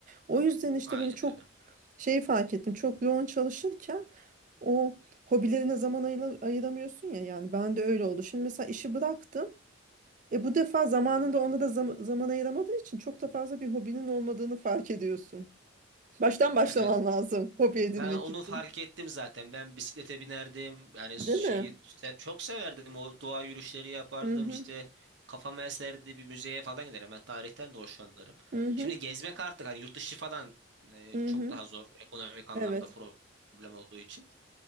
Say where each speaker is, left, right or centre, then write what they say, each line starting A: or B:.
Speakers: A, on the right (about 40°); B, on the right (about 60°).
A: O yüzden işte
B: Aynen
A: böyle çok
B: öyle.
A: şey fark ettim. Çok yoğun çalışırken o hobilerine zaman ayıla- ayıramıyorsun ya. Yani ben de öyle oldu. Şimdi mesela işi bıraktım. E bu defa zamanında ona da zam- zaman ayıramadığı için çok da fazla bir hobinin olmadığını fark ediyorsun. Baştan başlaman
B: Evet.
A: lazım hobi edinmek
B: Ben onu
A: için.
B: fark ettim zaten. Ben bisiklete binerdim. Yani şeyi
A: Değil mi?
B: se- çok severdim. O doğa yürüyüşleri yapardım
A: Hı hı.
B: işte. Kafam eserdi bir müzeye falan giderim. Ben tarihten de hoşlanırım.
A: Hı hı.
B: Şimdi gezmek artık hani yurt dışı falan e,
A: Hı
B: çok
A: hı.
B: daha zor. Ekonomik anlamda
A: Evet.
B: problem olduğu için.